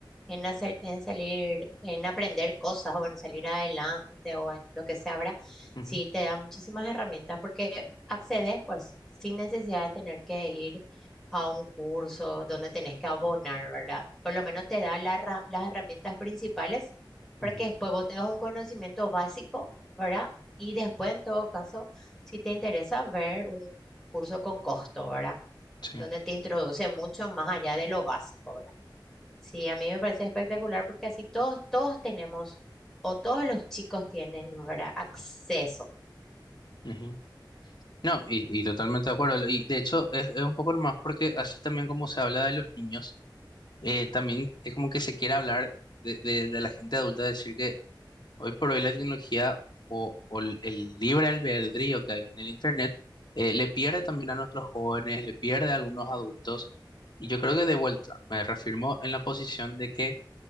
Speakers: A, in the centre; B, on the left.
A: en hacer, en salir, en aprender cosas o en salir adelante o en lo que sea, ¿verdad?
B: Ujú,
A: Sí, te da muchísimas herramientas porque accedes pues sin necesidad de tener que ir a un curso donde tenés que abonar, ¿verdad? Por lo menos te da la herra- las herramientas principales para
B: ujú,
A: que después vos tengas un conocimiento básico, ¿verdad? Y después, en todo caso, si te interesa ver un curso con costo, ¿verdad?
B: sí,
A: donde te introduce mucho más allá de lo básico, ¿verdad? Sí, a mí me parece espectacular porque así todos, todos tenemos, o todos los chicos tienen, ¿verdad? Acceso.
B: ujú. No, y, y totalmente de acuerdo. Y de hecho es, es un poco más porque así también como se habla de los niños. eh, también es como que se quiere hablar de, de- de la gente adulta, decir que hoy por hoy la tecnología o, o el el libre albedrío que hay en el Internet eh, le pierde también a nuestros jóvenes, le pierde a algunos adultos. Y yo creo que de vuelta me reafirmo en la posición de que